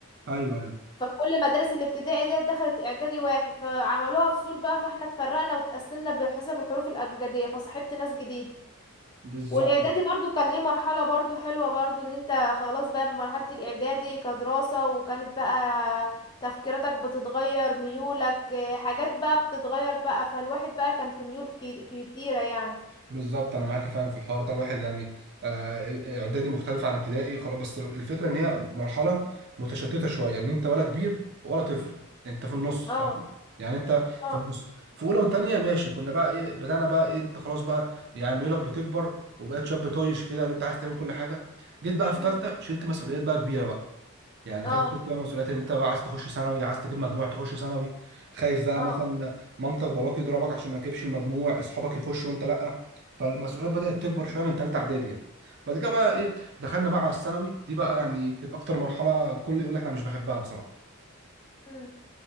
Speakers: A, on the right; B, on the left.
A: ايوه ايوه
B: فكل مدارس الابتدائي دي دخلت اعدادي واحد فعملوها فصول بقى فاحنا اتفرقنا واتقسمنا بحسب الحروف الابجديه فصاحبت ناس جديده
A: بالظبط
B: والاعدادي برضو كان ليه مرحله برضو حلوه برضو ان انت خلاص بقى بمرحله الاعدادي كدراسه وكانت بقى تفكيراتك بتتغير ميولك آه، حاجات بقى بتتغير بقى فالواحد بقى كان في ميول كي- كتيره يعني
A: بالظبط انا معاكي فعلا في الحوار ده الواحد يعني آه، آه، اعدادي مختلف عن ابتدائي خلاص بس الفكره ان هي مرحله متشتته شويه ان انت ولا كبير ولا طفل انت في النص فاهم
B: اه
A: يعني انت
B: اه
A: في النص في اولى وثانيه ماشي كنا بقى ايه بدانا بقى ايه انت خلاص بقى يعني ميولك بتكبر وبقيت شاب طايش كده ان انت عايز تعمل كل حاجه جيت بقى في
B: امم
A: ثالثه شلت مسؤوليات بقى كبيره بقى يعني
B: اه
A: فاهم شلت بقى مسؤوليات ان انت بقى عايز تخش ثانوي عايز تجيب مجموع تخش ثانوي خايف بقى
B: اه
A: مثلا مامتك باباك يضربك عشان ما تجيبش المجموع اصحابك يخشوا وانت لا فالمسؤوليات بدأت تكبر
B: امم
A: شويه من ثالثه اعدادي يعني بعد كده بقى ايه دخلنا بقى على الثانوي دي بقى يعني يمكن اكتر مرحله الكل يقول لك انا مش بحبها بصراحه
B: امم